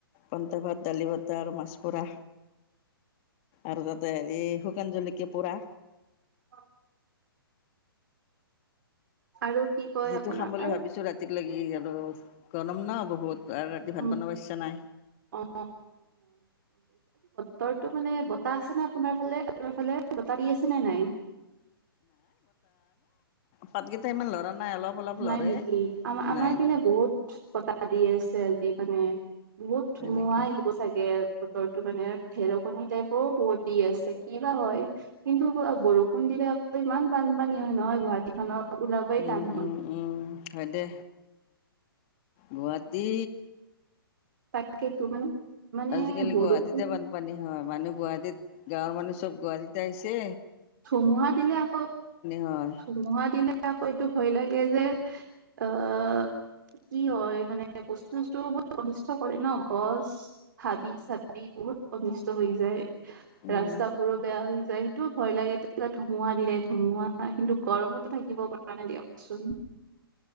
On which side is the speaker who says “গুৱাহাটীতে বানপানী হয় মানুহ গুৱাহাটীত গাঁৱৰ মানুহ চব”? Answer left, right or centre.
Left